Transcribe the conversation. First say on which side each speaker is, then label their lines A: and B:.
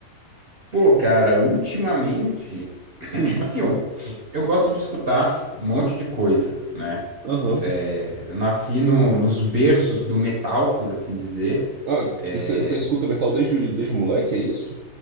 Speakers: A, on the right; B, on the right.
A: Pô, cara, ultimamente, <clears throat>
B: Sim,
A: assim, eu, eu gosto de escutar um monte de coisa, né?
B: aham.
A: É, eu nasci no- nos berços do metal, por assim dizer.
B: Ah,
A: É,
B: você escuta metal desde, desde moleque, é isso?